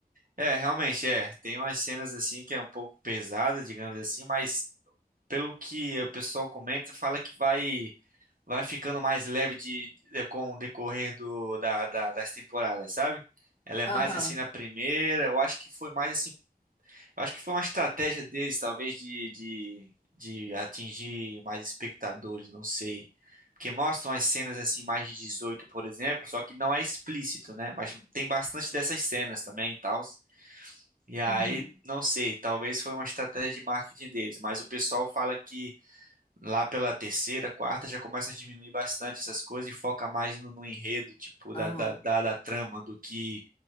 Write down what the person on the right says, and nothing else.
É, realmente, é. Tem umas cenas assim que é um pouco pesada, digamos assim, mas pelo que o pessoal comenta, fala que vai vai ficando mais leve de, de- com o decorrer do, da, da- das temporadas, sabe? Ela é
mais assim na primeira, eu acho que foi mais assim, eu acho que foi uma estratégia deles, talvez, de, de, de atingir mais espectadores, não sei. Porque mostram as cenas assim, mais de 18, por exemplo, só que não é explícito, né? Mas tem bastante dessas cenas também e tal. E aí,
não sei, talvez foi uma estratégia de marketing deles, mas o pessoal fala Lá pela terceira, quarta, já começa a diminuir bastante essas coisas e foca mais no, no enredo, tipo, da,
da, da, da trama, do que